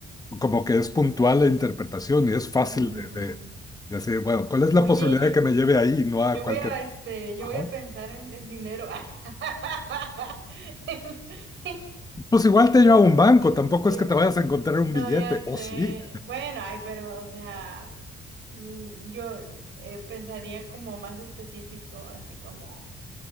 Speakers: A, on the left; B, on the right.
A: como que es puntual la interpretación y es fácil
B: Ujú.
A: de, de, de decir, bueno, ¿cuál es
B: Oye,
A: la posibilidad de que me lleve ahí y no
B: yo,
A: a
B: yo
A: cualquier...
B: voy a, este, yo
A: Ajá.
B: voy a pensar en, en dinero. <laughs> En- <laughs>
A: Pues igual te lleva
B: en-
A: a un banco,
B: en-
A: tampoco
B: en-
A: es que te vayas a encontrar
B: en-
A: un
B: no,
A: billete,
B: ya sé.
A: o sí.
B: Bueno, ay, pero, o sea, mm, yo eh, pensaría como más específico, así como